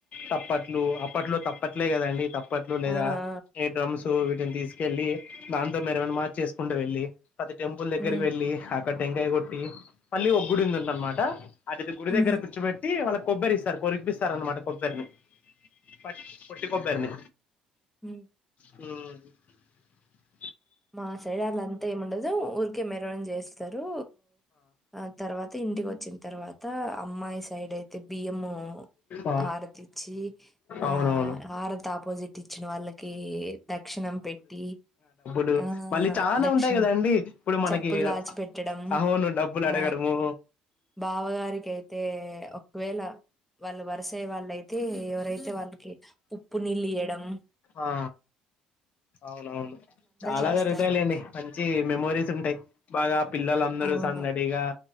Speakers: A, on the left; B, in the centre.
A: తప్పట్లు అప్పట్లో తప్పట్లే కదా అండి తప్ప ప్పట్లు లేదా
B: ఆ ఆ
A: ఈ డ్రమ్స్ వీటిని తీసుకు వెళ్ళి దాంతో మరమనా మాచ చేసుకుంటూ వెళ్ళి అతి టెంపుల్ దగ్గరికి
B: ఉమ్
A: వెళ్ళి కట్టెంకాయ కొట్టి మళ్ళీ ఒగ్గుడిందుంట అనమాట అది గుడి
B: ఉమ్
A: దగ్గర కూచపెట్టి నా వాళ్ళ కొబ్బరి సార్ కొరిపిస్తార్ అన్నమాట కొబ్బరిని ప పటి కొబ్బర్ని
B: హ
A: ఆ
B: మా శైరాళ్ళ అంతా ఏము ఉండదు ఊరికే మెరం చేస్తారు ఆ తర్వాత ఇంటికి వచ్చిన తర్వాత అమ్మాయి సైడ్ అయితే బియ్యము
A: ఆ
B: హారతి ఇచ్చి. ఆ
A: అవునవును
B: హారతి ఆపోజిట్ ఇచ్చిన వాళ్ళకి దక్షిణం పెట్టి.
A: లు
B: ఆ
A: మళ్ళీ చాలా
B: దక్షిణం
A: ఉంటాయి కదా అండి ఇప్పుడు మనకి
B: చెప్పులు దాచిపెట్టడం ఆ
A: అహోను డబ్బులు అడగడము
B: బావగారికైతే ఒకవేళ వాళ్ళు వరసే వాలై తే ఎవరైతే వాళ్ళకి ఉప్పు నీళ్ళు ఇయడం
A: ఆ అవునవును చాలా
B: చేస్తారండి.
A: జరుగుతాయిలేండి మంచి మెమోరీస్ ఉంటాయ్ బాగా పిల్లలందరూ
B: అవును.
A: సందడిగా